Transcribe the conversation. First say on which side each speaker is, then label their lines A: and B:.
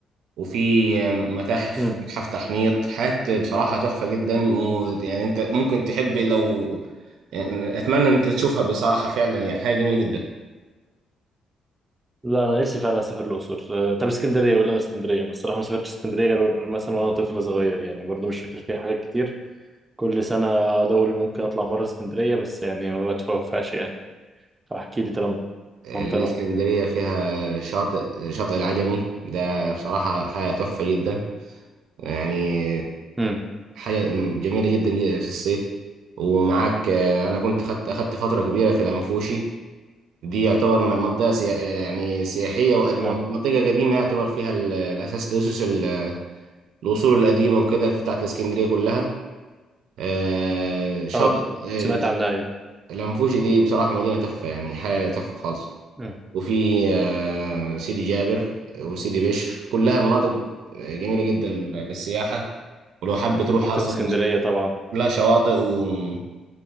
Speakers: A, on the right (about 75°); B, on the right (about 15°).
A: وفي آه، متاحف
B: امم
A: متحف تحنيط حاجات بصراحة تحفة جدا ويعني انت ممكن تحب لو يعني اتمنى ان انت تشوفها بصراحة فعلا يعني حاجة جميلة جدا
B: لا انا نفسي فعلا اسافر الاقصر آه، طب اسكندريه قول لنا اسكندريه انا الصراحه ما سافرتش اسكندريه غير مثلا وانا طفل صغير يعني برضو مش فاكر فيها حاجات كتير كل سنه اقعد اقول ممكن اطلع مره اسكندريه بس يعني ما بتوفقش يعني فاحكي لي طالما
A: الإسكندرية
B: انت رحت
A: فيها شاطئ شاطئ العجمي ده بصراحة حاجة تحفة جدا يعني
B: امم
A: حاجة جميلة جدا في الصيف ومعاك آه، أنا كنت خدت أخدت فترة كبيرة في الأنفوشي دي يعتبر م- منطقة سيا... يعني سياحية وقديمة
B: نعم
A: منطقة قديمة يعتبر فيها ال- الأساس الأسس ال- الأصول القديمة وكده بتاعت الإسكندرية كلها آه، شاطئ
B: اه سمعت
A: آه،
B: عنها ايوه
A: الأنفوشي دي بصراحة مدينة تحفة يعني حاجة تحفة خالص
B: مم.
A: وفي آه، سيدي جابر وسيدي بشر كلها
B: مم.
A: مناطق آه، جميلة جدا للسياحة ولو
B: مم.
A: حابة تروح
B: مكتبه
A: أصلا
B: اسكندريه طبعا
A: كلها شواطئ و-